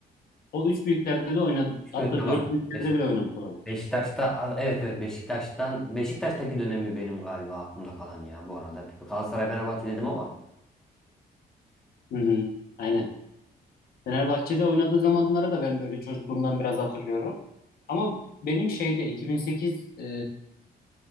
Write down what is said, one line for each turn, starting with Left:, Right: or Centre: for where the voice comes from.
Left: O üç büyüklerde de oynadı.
Centre: Üç
Left: Hatta
Centre: tamam.
Left: dört büyüklerde
Centre: Beş-
Left: bile oynamış olabilir.
Centre: Beşiktaş'ta a- evet evet Beşiktaş'tan Beşiktaş'taki dönemi benim galiba aklımda kalan ya bu arada. Galatasaray Fenerbahçe dedim ama.
Left: Hı hı, aynen. Fenerbahçe'de oynadığı zamanları da ben böyle çocukluğumdan biraz hatırlıyorum. Ama benim şeyde 2008 e,